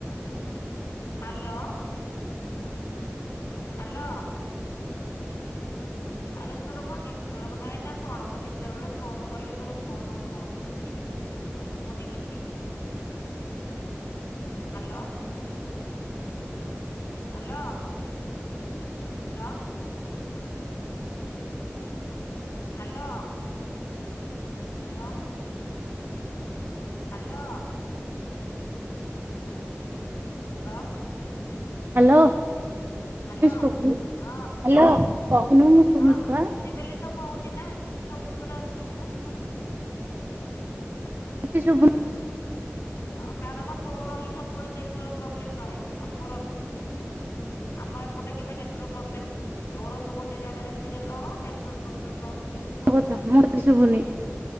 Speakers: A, on the left; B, on the right.
A: ହାଲୋ। ହାଲୋ। ଆରେ ତୋର କଣ ନେଟୱାର୍କ ନାହିଁ ନାଁ କଣ ଯେତେବେଳେ ଫୋନ୍ କଲେ ତୋର ଫୋନ୍ ଉଠଉନୁ ଏମିତି? ଶୁଭୁନି କିଛି hello. Hello hello. Hello. Hello. Hello. Hello.
B: Hello. କିଛି
A: Hello
B: ସୁବୁନି ହ୍ୟାଲୋ
A: ହଁ
B: ଶୁଣୁଛି
A: ହଁ ଶୁବୁନି
B: ବା
A: ବୋଲି ତ କହୁଚି ନା କିଛି ତ ଉତ୍ତର ଆସୁନି ନା ସେପଟୁ।
B: କିଛିସୁବୁନ
A: କାରଣ ତୋର ହିଁ ସବୁବେଳେ ନେଟୱାର୍କ ପ୍ରୋବ୍ଲେମ୍ ରହେ ଆ ମୋର ନୁହେଁ। ଆମ ଏପଟେ କେବେ ନେଟୱାର୍କ ପ୍ରୋବ୍ଲେମ୍ ରୁହେନି ତୋର ତୁ ଗୋଟେ ଜାଗାରେ ସ୍ଥିର ରହ ନେଟୱାର୍କ ପ୍ରୋବ୍ଲେମ ରହୁଛି ବୋଲି ଫୋନ୍
B: ତୋ କଥା
A: ଟା
B: ମତେ ଶୁଭୁନି।
A: ସୁବୁନି।